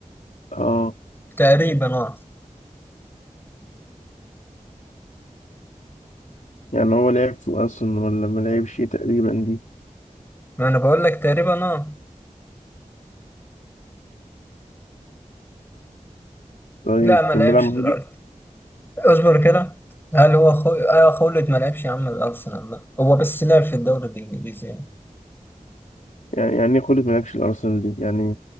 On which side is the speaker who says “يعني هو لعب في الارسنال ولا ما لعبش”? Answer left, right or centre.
Left